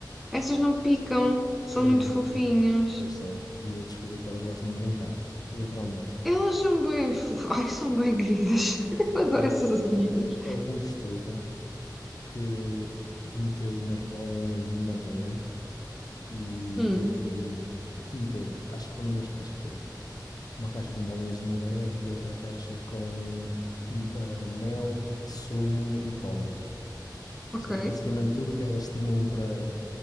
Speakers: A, in the centre; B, on the left.
A: Essas não picam, são
B: Pois
A: muito
B: não,
A: fofinhas.
B: pois são. E eu descobri que elas gostam de brincar, literalmente.
A: Elas são bem fofas. <laughs> Ai, são bem queridas. <laughs> Eu adoro
B: Ah,
A: essas abelhinhas.
B: houve um estudo que meteu umas bolinhas de madeira e,
A: Hum,
B: de- e meteu, acho que foram duas caixas, que era uma caixa com bolinhas de madeira e outra caixa com hum, ah, mel, sumo e pólen. Ou
A: ok.
B: seja, basicamente tudo o que elas tinham para,